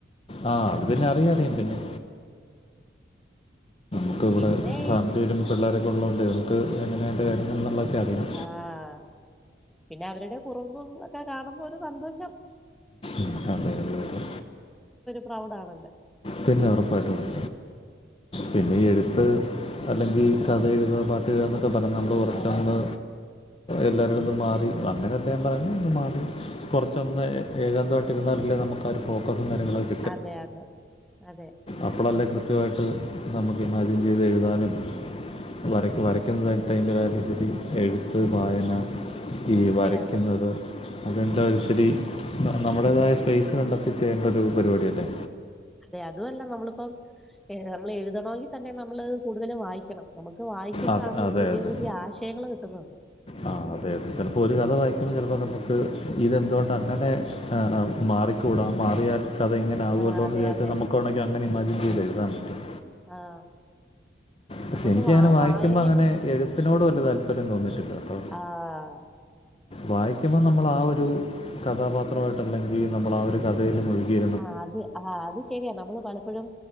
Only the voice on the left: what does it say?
ആ അത് പിന്നെ അറിയ അറിയാം പിന്നെ നമുക്ക് വിടെ
ഫാമിലിയിലും പിള്ളേരൊക്കെ ഉള്ളോണ്ടേ നമക്ക് എങ്ങനെ അയ്ന്റെ <unintelligible> എങ്ങ്ന്നെക്കെറിയാം
ഉം അതെ അതെ അതെ
പിന്നെ ഒറപ്പായിട്ടും പിന്നെ ഈ എഴുത്ത് അല്ലങ്കി കഥ എഴുത പാട്ട്ഴുത എന്നൊക്കെ പറ നമ്മള് ഉറച്ചെന്ന് എല്ലാവരിൽ നിന്നും മാറി അങ്ങനെ എന്തേലും പറഞ്ഞ് ഒന്നു മാറി കൊറച്ചൊന്ന് ഏകാന്തമായിട്ടിരുന്നാലല്ലേ നമക്ക് ആ ഒരു ഫോക്കസും കാര്യങ്ങളൊക്കെ
അപ്പളല്ലേ കൃത്യമായിട്ട് നമുക്ക് ഇമാജിൻ ചെയ്ത് എഴുതാനും വരക്ക വരക്കുന്നതായിട്ട അയിന്റെ വാലിടിറ്റി എഴുത്ത് വായന ഈ
വരയ്ക്കുന്നത്
അതെന്താ ഒത്തിരി നമ്മുടേതായ സ്പേയ്സ് കണ്ടെത്തി ചെയ്യേണ്ട ഒരു പരിപാടിയല്ലെ
അത് അതെ
അതെ
ആ അതെ അതെ ചെലപ്പോ ഒരു കഥ വായിക്കുമ്പോ ചെലപ്പോ നമുക്ക് ഇതെന്തുകൊണ്ട് അങ്ങനെ ആ മാറി കൂടാം മാറിയാൽ കഥ ഇങ്ങനൊവോല്ലേ
എന്ന്
വിചാരിച്
നമുക്കാണങ്കിൽ അങ്ങനെ ഇമാജിൻ ചെയ്ത് എഴുതാൻ പറ്റും
പക്ഷെ
എനിക്കങ്ങനെ
വായിക്കുമ്പോൾ
അങ്ങനെ എഴുത്തിനോട് വല്ല്യ താല്പര്യം തോന്നിട്ടില്ലട്ടോ
വായിക്കുമ്പോ നമ്മള് ആ ഒരു കഥാപാത്രമായിട്ട് അല്ലെങ്കിൽ നമ്മള് ആ ഒരു കഥയില് മുഴുകിയ